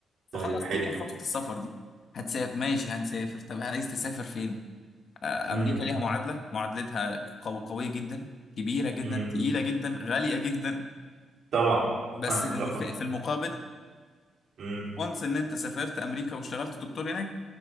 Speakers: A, on the left (about 50°); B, on the right (about 60°).
A: فخلاص
B: طيب حلو
A: تيجي خطوة السفر دي هتسافر ماشي هنسافر طب عايز تسافر فين آه،
B: امم
A: أمريكا ليها معادلة معادلتها قو- قوية جدا كبيرة جدا
B: امم
A: تقيلة جدا غالية جدا
B: طبعا
A: بس
B: <laughs> آه،
A: الم-
B: طبعا
A: في في المقابل
B: امم
A: وانس ان انت سافرت امريكا واشتغلت دكتور هناك